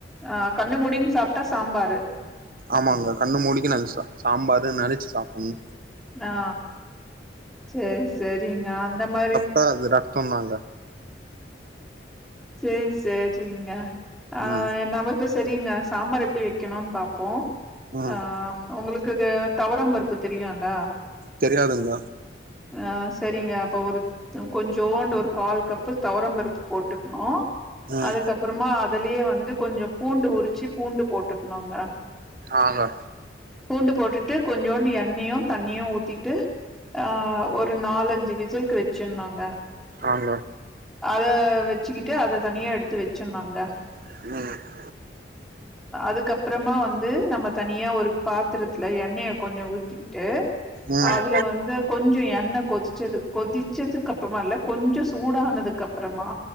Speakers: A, in the centre; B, on the right (about 50°).
A: ஆ கண்ண மூடின் சாப்புட்டா சாம்பாரு
B: ஆமாங்கா கண்ணு மூடிக்குன்னா அது சா சாம்பாரு நெனச்சு சாப்பணு
A: நா செரி செரிங்க அந்த மாரி
B: னா அது ரத்தோனாங்க
A: சேரி செரிங்க ஆ
B: ம்
A: நம்ம பேசு செரிங்க சாம்பார் எப்டி வைக்கணுனு பாப்போ
B: ம்
A: ஆ உங்களுக்கு அது தவரம் பருப்பு தெரியுல்ல
B: தெரியாதுங்க
A: ஆ சரிங்க அப்ப ஒரு அ கொஞ்சோண்டு ஒரு கால் கப்பு தொவரம் பருப்பு போட்டுக்ணு
B: ம்
A: அதுக்கப்புறமா அதுலே வந்து கொஞ்சொ பூண்டு உருச்சு பூண்டு போட்டுக்ணுங்க
B: ஆங்க
A: பூண்டு போட்டுட்டு கொஞ்சோண்டு எண்ணெயு தண்ணியு ஊத்திட்டு ஆ ஒரு ரு நாலஞ்சு விசில்க்கு வெச்சர்னுங்க
B: ஆங்க
A: அத வெச்சுக்கிட்டு அத தனியா எடுத்து வெச்சிர்னுங்க
B: ம்
A: <unintelligible> அதுக்கப்றமா வந்து நம்ம தனியா ஒரு பாத்துரத்துல எண்ணெய கொஞ்சொ ஊத்திக்ட்டு
B: ம்
A: அதுல வந்து கொஞ்சொ எண்ணெ கொசுச்சது கொதிச்சதுக்கு அப்றமா இல்ல கொஞ்சொ சூடானதுக்கு அப்றமா